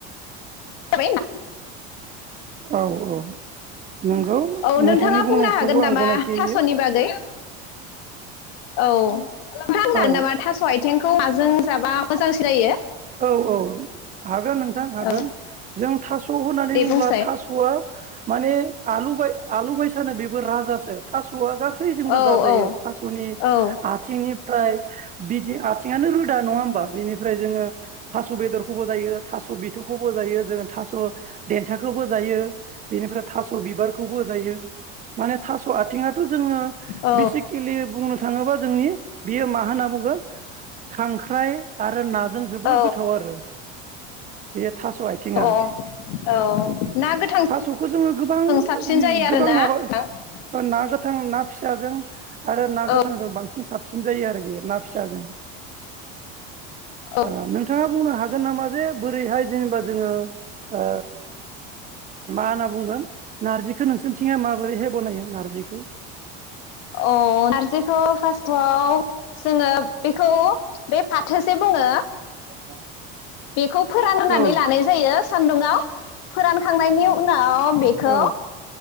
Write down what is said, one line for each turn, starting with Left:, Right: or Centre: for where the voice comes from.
Left: <inaudible>
Right: औ औ नंगौ
Left: औ
Right: नोंथांनि
Left: नोंथाङा
Right: बुंनायखौबो
Left: बुंनो हागोन
Right: आं
Left: नामा
Right: गनायथि
Left: थास'नि
Right: होयो
Left: बागै औ थाङा बुंनो
Right: औ
Left: नामा थास' आथिंखौ माजों जाबा मोजां सिनायो
Right: औ औ हागोन नोंथां हागोन
Left: औ
Right: जों थास' थ' होननानै
Left: दे
Right: बुब्ला
Left: बुंसाय
Right: थास'आ माने आलु बाय आलु बायसानो बेबो राजासो थास'आ गासैजोंबो
Left: औ
Right: जाजायो
Left: औ
Right: थास'नि
Left: औ
Right: आथिंनिफ्राय बिदि आथिङानो रोदा नङा होन बिनिफ्राय जोङो थास' बेदरखौबो जायो‌। दो थास' बिथौखौबो जायो जोङो थास' देन्थाखौबो जायो बेनिफ्राय थास थास' बिबारखौ जायो माने थास' आथिंआ जोङो
Left: औ
Right: बेसिकेलि बुंनो थाङोबा जोंनि बेयो मा होनना बुगोन खांख्राइ आरो नाजों जा जोबोर
Left: औ
Right: गोथाव आरो बे थास' आथथिङा
Left: औ औ ना गोथांजों
Right: थास'खौ जोङो गोबां
Left: साबसिन जायो आरोना
Right: गोबां माबा
Left: नोंथां
Right: ना गोथां ना फिसाजों आरो ना गोथांजों
Left: औ
Right: बांसिन साबसिन जायो आरो बे ना फिसाजों
Left: औ
Right: ओ नोंथाङा बुंनो हागोन नामा जे बोरैहाय जेनेबा जोङो ओ मा होनना बुंगोन नारजिखौ नोंसोरनिथिंया माबोरैहाय बनायो। नारजिखौ
Left: अह नारजिखौ फार्स्टआव जोङो बेखौ बे फाथोसे बुङो
Right: <unintelligible>
Left: बेखौ फोरानग्रोनानै
Right: औ
Left: लानाय जायो। सान्दुङाव फोरानखांनायनि उना आ बेखो
Right: औ